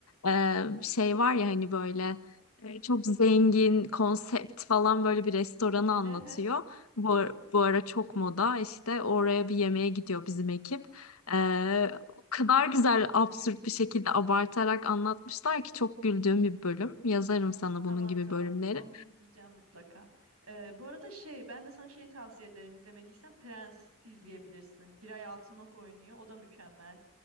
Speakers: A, on the left (about 85°); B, on the right (about 80°).
A: Ee, şey var ya hani böyle e, çok zengin konsept falan böyle bir restoranı anlatıyor
B: Hı hı.
A: bu, ar- bu ara çok moda işte oraya bir yemeğe gidiyor bizim ekip Ee, o kadar güzel absürt bir şekilde abartarak anlatmışlar ki çok güldüğüm bir bölüm yazarım sana
B: Tamam
A: bunun gibi
B: tamam.
A: bölümleri.
B: Onu izleyeceğim mutlaka. Ee, bu arada şey ben de sana şey tavsiye ederim izlemediysen Prens izleyebilirsin. Giray Altınok oynuyor. O da mükemmel.